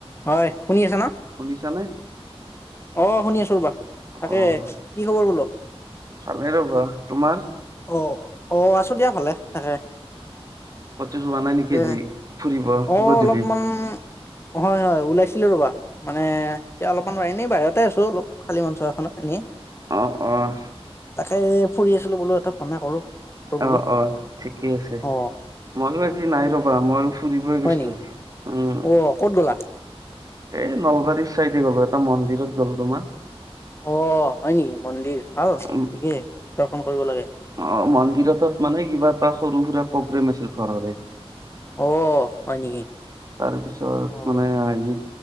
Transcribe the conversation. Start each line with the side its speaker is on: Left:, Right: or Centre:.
Left: হয় শুনি আছ ন?
Right: শুনিছানে?
Left: অ শুনি আছো ৰ'বা। তাকে
Right: অ',
Left: কি খবৰ বোলো?
Right: ভালে ৰ'বা, তোমাৰ?
Left: অ অ আছো দিয়া ভালে তাকে।
Right: কতো যোৱা নাই নেকি
Left: এ
Right: আজি? ফুৰিব
Left: অ
Right: গধূলি?
Left: অলপমান হয় হয় ওলাইছিলোঁ ৰ'বা। মানে এতিয়া অলপমান এনেই বাহিৰতে আছো অলপ খালী মঞ্চ এখনত এনেই।
Right: অ', অ',
Left: তাকে ফুৰি আছিলো বোলো এটা ফোনে কৰো। কি খবৰ বোলো
Right: অ অ ঠিকে আছে,
Left: অ
Right: ময়ো আজি নাই ৰ'বা মই ফুৰিবই
Left: হয়
Right: গৈছিলো
Left: নেকি
Right: উম।
Left: অ ক'ত গ'লা
Right: এই নলবাৰীৰ চাইডে গ'লো এটা মন্দিৰত গ'লো তোমাৰ।
Left: অ হয় নেকি মন্দিৰ ভাল
Right: <inaudible>
Left: ঠিকেই দৰ্শন কৰিব লাগে।
Right: অ মন্দিৰ তাত মানে কিবা এটা সৰু সুৰা প্ৰগ্ৰেম আছিল ঘৰৰে।
Left: অ হয় নেকি।
Right: তাৰপিছত
Left: অ
Right: মানে আহি